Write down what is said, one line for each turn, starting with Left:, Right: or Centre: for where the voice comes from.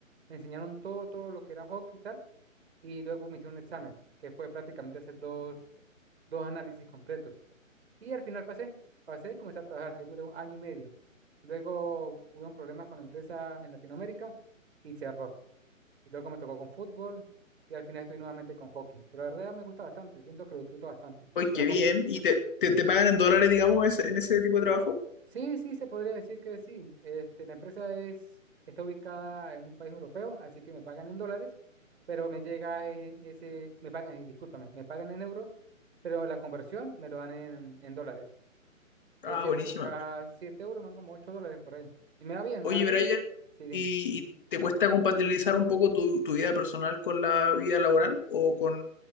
Right: me enseñaron todo, todo lo que era hockey y tal y luego me hicieron un examen, que fue prácticamente hacer dos, dos análisis completos. Y al final pasé, pasé y comencé a trabajar, ahí duré un año y medio. Luego hubo un problema con la empresa en Latinoamérica y cerró. Y luego me tocó con fútbol y al final estoy nuevamente con hockey. Pero la verdad me gusta bastante, siento que lo disfruto bastante.
Left: Oye,
Right: Pero
Left: qué
Right: con
Left: bien. ¿Y te, te, te pagan en dólares, digamos, ese- en ese tipo de trabajo?
Right: Sí, sí, se podría decir que sí. Este, la empresa es, está ubicada en un país europeo, así que me pagan en dólares, pero me llega en ese, me pagan, eh, discúlpame, me pagan en euros, pero la conversión me lo dan en, en dólares. Es
Left: Ah,
Right: decir,
Left: buenísima.
Right: por cada 7 euros me dan como 8 dólares por ahí. Y me va bien,
Left: Oye,
Right: me va bien.
Left: Brian,
Right: Sí, dime.
Left: ¿y, y te cuesta compatibilizar un poco tu, tu vida personal con la vida laboral o con